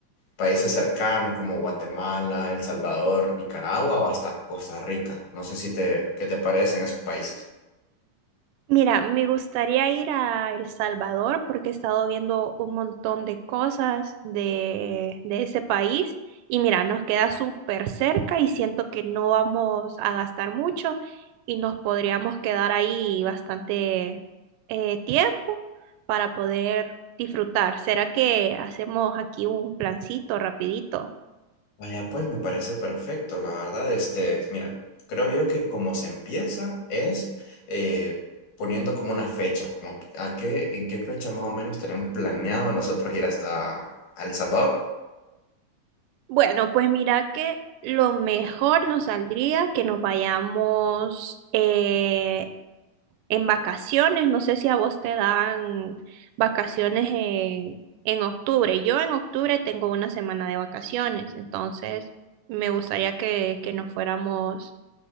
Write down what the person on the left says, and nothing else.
países cercanos como Guatemala, El Salvador, Nicaragua o hasta Costa Rica. No sé si te, qué te parecen esos países.
Vaya, pues me parece perfecto, la verdad, este, mira, creo yo que como se empieza es eh, poniendo como una fecha, como a qué, en qué fecha más o menos tenemos planeado nosotros ir hasta a El Salvador.